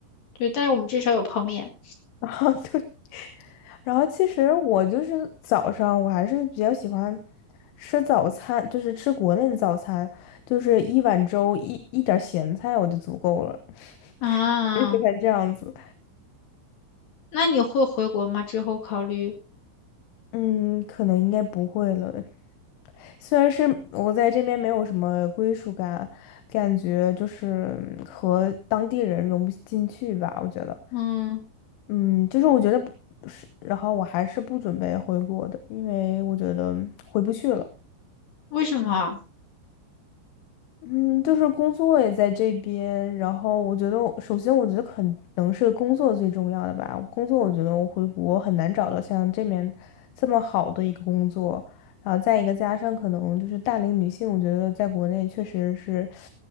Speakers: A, on the left; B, on the left.
A: 对，但是我们至少有泡面
B: 啊对，然后其实我就是早上我还是比较喜欢吃早餐，就是吃国内的早餐，就是一碗粥一一点儿咸菜我就足够了，<laughs>
A: 啊。
B: 而且还这样子。
A: 那你会回国吗？之后考虑？
B: 嗯，可能应该不会了，虽然是我在这边没有什么归属感，感觉就是嗯和当地人融不进去吧，我觉得，
A: 嗯，
B: 嗯，就是我觉得不是，然后我还是不准备回国的，因为我觉得回不去了。
A: 为什么啊
B: 嗯，就是工作也在这边，然后我觉得我首先我觉得可能是工作最重要的吧。工作我觉得我回国很难找到像这面这么好的一个工作，然后再一个加上可能就是大龄女性，我觉得在国内确实是，